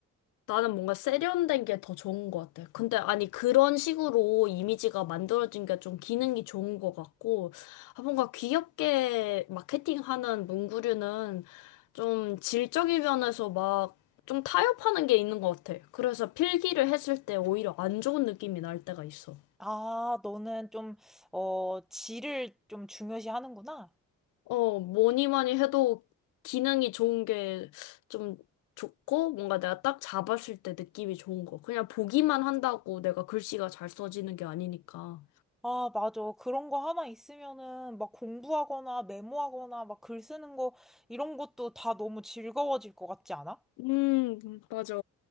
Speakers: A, on the left (about 90°); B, in the centre.
A: 나는 뭔가 세련된 게 더 좋은 것 같아. 근데 아니 그런 식으로 이미지가 만들어진 게 좀 기능이 좋은 것 같고 아, 뭔가 귀엽게 마케팅하는 문구류는 좀 질적인 면에서 막 좀 타협하는 게 있는 것 같아. 그래서 필기를 했을 때 오히려 안 좋은 느낌이 날 때가 있어.
B: 아, 너는 좀, 어, 질을 좀 중요시 하는구나.
A: 어, 뭐니 뭐니 해도 기능이 좋은 게 좀 좋고, 뭔가 내가 딱 잡았을 때 느낌이 좋은 거. 그냥 보기만 한다고 내가 글씨가 잘 써지는 게 아니니까.
B: 아, 맞아. 그런 거 하나 있으면은 막 공부하거나 메모하거나 막 글 쓰는 거 이런 것도 다 너무 즐거워질 것 같지 않아?
A: 음, 맞아.